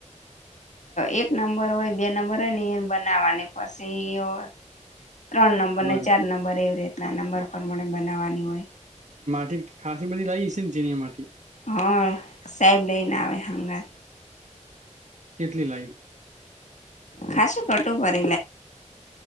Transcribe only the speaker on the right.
બરાબર
કેટ ખાસી બધી લાવી હસે ને છે ને ચીની માટી.
કેટલી લાઈ.